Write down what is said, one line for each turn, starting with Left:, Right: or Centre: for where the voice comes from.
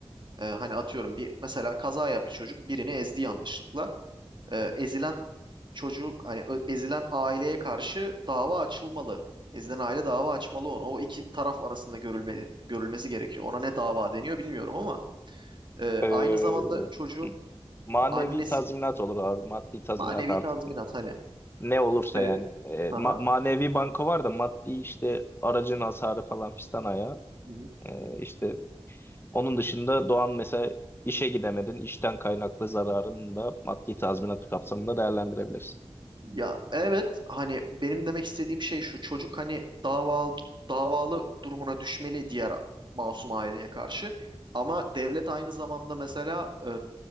Right: E, hani atıyorum bir mesela kaza yaptı çocuk birini ezdi yanlışlıkla. e, ezilen çocuk hani ö- ezilen aileye karşı dava açılmalı. Ezilen aile dava açmalı onu. O iki taraf arasında görülme, görülmesi gerekiyor. Ona ne dava deniyor bilmiyorum ama e,
Left: Ee,
Right: aynı zamanda çocuğun
Left: manevi
Right: annesi
Left: tazminat olur abi. Maddi tazminat
Right: manevi
Left: artık
Right: tazminat hani.
Left: ne olursa
Right: E,
Left: yani. Ee,
Right: haha.
Left: ma- manevi banko var da maddi işte aracın hasarı falan fistan ayağı.
Right: Hı hı.
Left: Ee, işte Onun dışında Doğan mesela işe gidemedin. işten kaynaklı zararını da maddi tazminat kapsamında değerlendirebilirsin.
Right: Ya evet hani benim demek istediğim şey şu çocuk hani dava davalı durumuna düşmeli diğer masum aileye karşı ama devlet aynı zamanda mesela e,